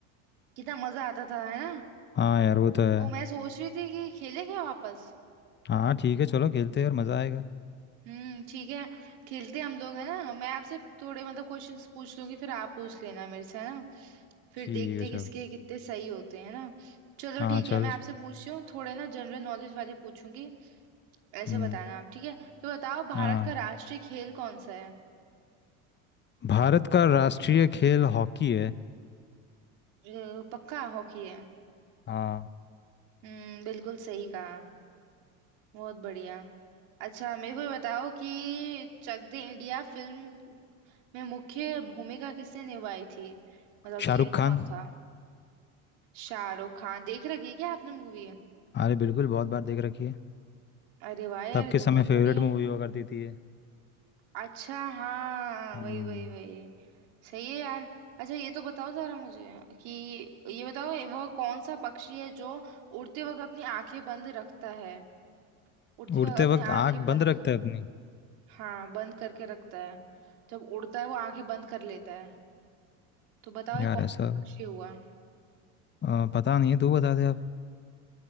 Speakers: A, on the right; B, on the left.
A: कितना मजा आता था है ना
B: हाँ यार वो तो है
A: तो मैं सोच रही थी कि खेलें क्या वापस
B: हाँ ठीक है चलो खेलते हैं यार मज़ा आएगा
A: हम्म ठीक है खेलते हम लोग है ना मैं आपसे थोड़े मतलब क्वेश्चंस पूछ लूंगी फिर आप पूछ लेना मेरे से है ना फिर
B: ठीक
A: देखते
B: है
A: किसके
B: चल
A: कितने सही होते हैं ना चलो
B: हाँ
A: ठीक है
B: चल
A: मैं आपसे
B: चल।
A: पूछती हूँ थोड़े ना जनरल नॉलेज वाले पूछूंगी ऐसे
B: हम्म
A: बताना आप ठीक है तो बताओ भारत
B: हाँ
A: का राष्ट्रीय खेल कौन सा है
B: भारत का राष्ट्रीय खेल हॉकी है
A: अ, पक्का हॉकी है
B: हाँ
A: हम्म बिल्कुल सही कहा बहुत बढ़िया अच्छा मेरे को ये बताओ कि चक दे इंडिया फिल्म में मुख्य भूमिका किसने निभाई थी मतलब
B: शाहरुख
A: हीरो
B: खान
A: कौन था शाहरुख खान देख रखी है क्या आपने मूवी
B: अरे बिल्कुल बहुत बार देख रखी है
A: अरे वाह यार
B: तब
A: ये
B: के समय
A: तो बहुत
B: फेवरेट
A: बढ़िया
B: मूवी
A: है
B: हुआ करती थी ये
A: अच्छा हाँ
B: हम्म
A: वही वही वही सही है यार अच्छा ये तो बताओ जरा मुझे कि ये बताओ वह कौन सा पक्षी है जो उड़ते वक्त अपनी आंखें बंद रखता है उड़ते वक्त
B: उड़ते
A: अपनी
B: वक्त
A: आंखें
B: आंख
A: बंद
B: बंद रखता है अपनी
A: हाँ बंद करके रखता है जब उड़ता है वो आंखें बंद कर लेता है तो बताओ ये
B: यार
A: कौन
B: ऐसा
A: सा पक्षी हुआ
B: आ, पता नहीं है तू बता दे आप